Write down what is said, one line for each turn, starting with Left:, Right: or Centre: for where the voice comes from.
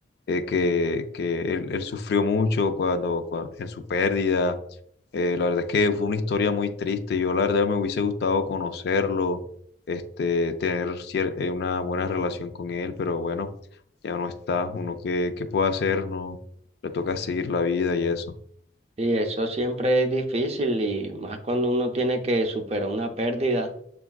Left: eh, que, que él, él sufrió mucho cuando, cua- en su pérdida. Eh, la verdad es que fue una historia muy triste. Yo la verdad me hubiese gustado conocerlo, este, tener cier- eh, una buena relación con él, pero bueno ya no está, uno qué, qué puede hacer, no le toca seguir la vida y eso.
Right: Y eso siempre es difícil y más cuando uno tiene que superar una pérdida.